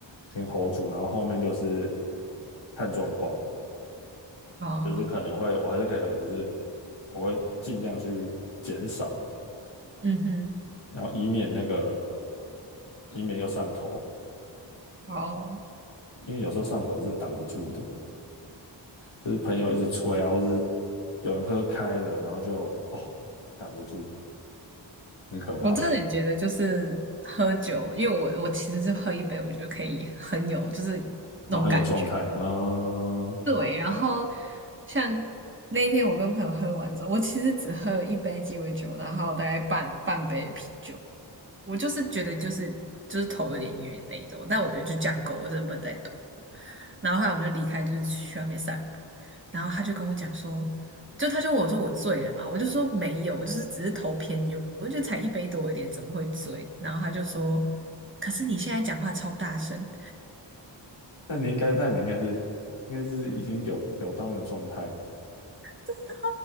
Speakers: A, on the left (about 80°); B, on the right (about 25°).
A: 先 hold 住，然后后面就是看状况。
B: 哦，
A: 就是可能会我还是可以喝，只是我会尽量去减少，
B: 嗯哼。
A: 然后以免那个以免又上头，
B: 哦，
A: 因为有时候上头是挡不住的，就是朋友一直催啊，或是有人喝开了，然后就哦挡不住，很可怕，
B: 我真的觉得就是喝酒，因为我我其实是喝一杯我就可以很有就是
A: 然后很有状态啊。
B: 那种感觉。
A: 呃
B: 对，然后像那天我跟朋友喝完之后，我其实只喝了一杯鸡尾酒，然后大概半半杯啤酒，我就是觉得就是就是头有点晕那一种，但我觉得就这样够，我真的不能再多。然后后来我们就离开，就是去外面散步，然后他就跟我讲说，就他就问我说我醉了嘛，我就说没有，我就是只是头偏晕，我就觉得才一杯多一点，怎么会醉？然后他就说，可是你现在讲话超大声，
A: 那你应该，那你应该是应该是已经有有到那个状态
B: <laughs> 然后